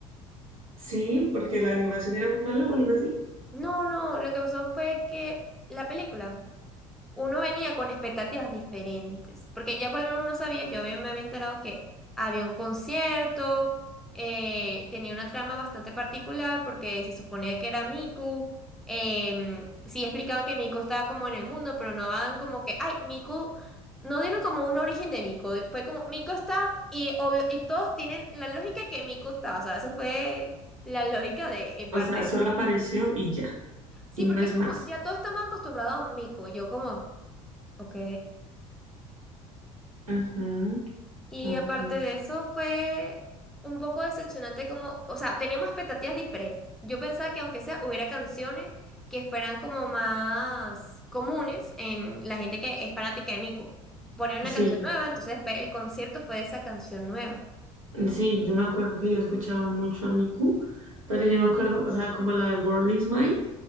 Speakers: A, on the right; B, in the centre.
A: sí, porque la animación era muy mala o algo así.
B: No, no, lo que pasó fue que la película. uno venía con expectativas diferentes, porque ya por lo menos uno sabía, yo bien me había enterado que había un concierto, eh, tenía una trama bastante particular porque se suponía que era Miku, em, sí explicaban que Miku estaba como en el mundo, pero no daban como que, ay, Miku, no dieron como un origen de Miku, fue como Miku está y obvio, y todos tienen la lógica que Miku está, o sea, eso fue la lógica de en
A: O
B: parte
A: sea,
B: de
A: solo
B: eso.
A: apareció y ya,
B: Sí,
A: y
B: porque
A: no es
B: es como,
A: más.
B: ya todos estamos acostumbrados a Miku, y yo como, ok.
A: Ujú,
B: Y
A: ok.
B: aparte de eso fue un poco decepcionante como, o sea, teníamos expectativas diferentes. Yo pensaba que aunque sea hubiera canciones que fueran como más comunes en la gente que es fanática de Miku. Poner una
A: Sí,
B: canción nueva, entonces después el concierto fue de esa canción nueva.
A: sí, yo me acuerdo que yo escuchaba mucho a Miku, pero yo me acuerdo, o sea, como la de World is Mine,